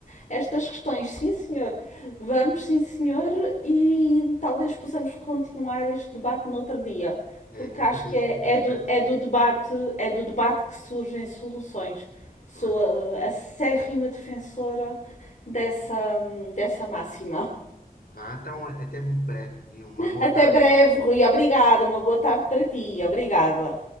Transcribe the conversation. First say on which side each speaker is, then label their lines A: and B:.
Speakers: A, on the left; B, on the left.
A: estas questões. Sim, senhor. Vamos, sim, senhor, e talvez possamos continuar este debate noutro dia,
B: É,
A: porque
B: eu
A: acho
B: também,
A: que é,
B: também
A: é
B: espero
A: do,
B: que
A: é
B: sim,
A: do debate, é do debate que surgem soluções. Sou
B: claro.
A: a, a acérrima defensora dessa, dessa máxima.
B: Vá, então, até muito breve e uma boa
A: Até
B: tarde.
A: breve, Rui. Obrigada. Uma boa tarde para ti. Obrigada.